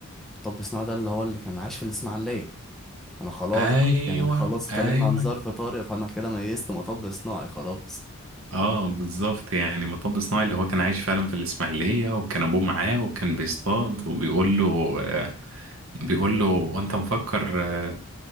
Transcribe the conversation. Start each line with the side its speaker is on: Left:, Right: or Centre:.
Centre: مطب صناعي ده اللي هو اللي كان عايش في الإسماعيلية أنا خلاص
Right: ايوه
Centre: بقى يعني خلاص اتكلمنا
Right: ايوه
Centre: عن ظرف طارئ فأنا كده ميزت مطب صناعي خلاص
Right: اه بالظبط يعني مطب صناعي اللي هو كان عايش فعلا في الاسماعيلية وكان ابوه معاه وكان بيصطاد وبيقول له آه، بيقول له وانت مفكر آه،